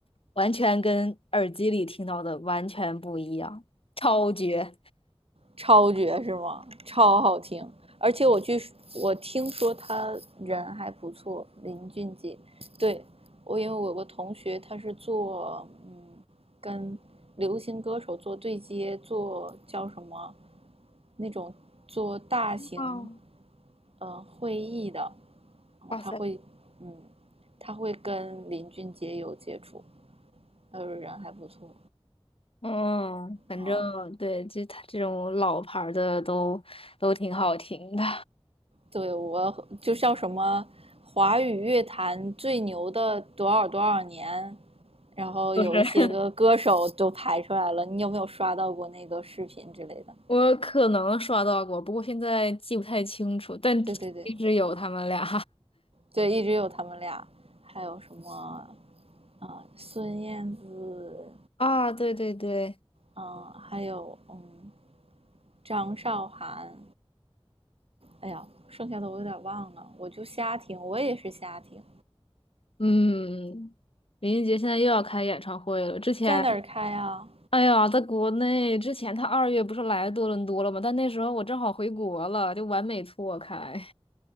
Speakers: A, on the left; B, on the right.
A: 完全跟耳机里听到的完全不一样，超绝！
B: 超绝是吗？超好听，而且我据我听说他人还不错，林俊杰。对我，因为我有个同学，他是做嗯跟流行歌手做对接，做叫什么那种做大型
A: 哦，
B: 呃会议的，然后他会嗯
A: 哇塞！
B: 他会跟林俊杰有接触，他说人还不错
A: 嗯，反正对，
B: 啊。哦
A: 就他这种老牌儿的都都挺好听的，
B: 对，我就叫什么华语乐坛最牛的多少多少年，然后有一些个歌手都排出来了，
A: 就是 <laughs>
B: 你有没有刷到过那个视频之类的？
A: 我可能刷到过，不过现在记不太清楚，但一直有他们俩
B: 对对对对，一直有他们俩，还有什么啊、呃孙燕姿，
A: <laughs> 啊，对对对，
B: 嗯、呃还有嗯张韶涵，哎呀，剩下的我有点忘了，我就瞎听，我也是瞎听，
A: 嗯，林俊杰现在又要开演唱会了，之前，
B: 在哪儿开啊？
A: 哎呀，在国内之前他二月不是来多伦多了吗？但那时候我正好回国了，就完美错开